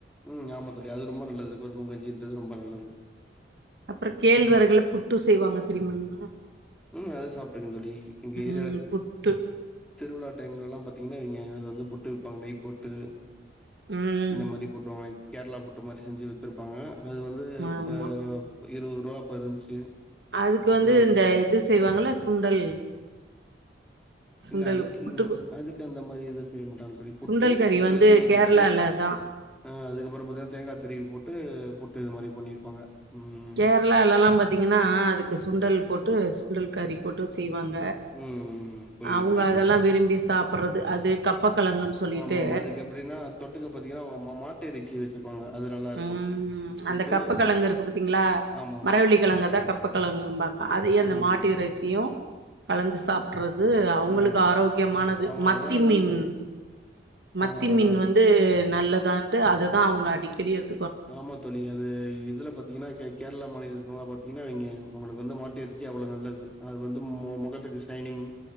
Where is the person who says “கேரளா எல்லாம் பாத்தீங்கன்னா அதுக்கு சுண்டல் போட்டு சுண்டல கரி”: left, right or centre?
Right